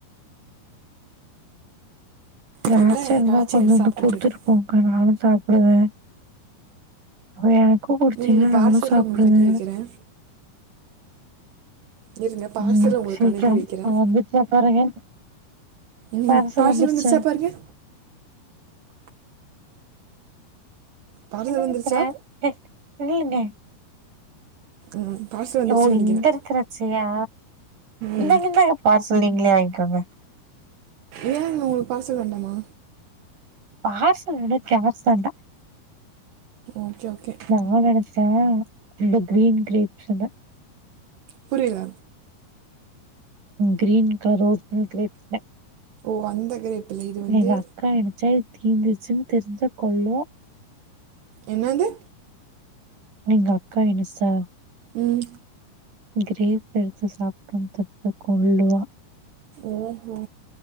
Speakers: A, on the right; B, on the right.
A: திராட்ச
B: அதனால
A: இருந்தா
B: திராட்சை
A: கொஞ்சோண்டு
B: எடுத்து சாப்பிட்டுட்டு
A: குடுத்துட்டு
B: இருக்கேன்
A: போங்கக்கா நானு சாப் ஆ ஆ கூப்புடுச்சீங்கன்னா
B: நீங்க பார்சல்ல
A: நானு சாப்டுவே
B: உங்களுக்கு அனுப்பி வைக்கிறேன் இருங்க பார்சல்ல
A: ம்ம்
B: உங்களுக்கு
A: சீக்கரோ
B: அனுப்பி வைக்கிறேன்
A: வந்துச்சா பாருங்க
B: ம்
A: பார்சல் வந்திரிச்சா
B: வந்துருச்சா பாருங்க பார்சல்
A: என்ன
B: வந்துருச்சா
A: பண்ற அ இல்லிங்க
B: ம் பார்சல் வந்துருச்சுன்னு
A: ஓ இந்த
B: நினைக்கிறேன்
A: திராட்சையா இந்தாங்க
B: ம்
A: இந்தாங்க பார்சல் நீங்களே வாங் கவா
B: ஏங்க உங்களுக்கு பார்சல் வேண்டாமா
A: பார்ஸ் எனக்கு கேப் வேண்டாம்
B: ஓகே ஓகே
A: நா நெனைச்சேன் இந்த கிரீன் கிரேப்ஸுன்னு
B: புரில
A: கிரீன் கலர் <unintelligible>
B: ஓ அந்த கிரேப் இல்லை இது வந்து
A: எங்க அக்கா என்னசை தீந்துருச்சுன்னு தெரிஞ்சா கொல்லுவா
B: என்னது
A: எங்க அக்கா எனிஷா
B: உம்
A: கிரேப் எடுத்து சாப்பிட்டோனு தெரிஞ்சா கொல்லுவா
B: ஓ ஓ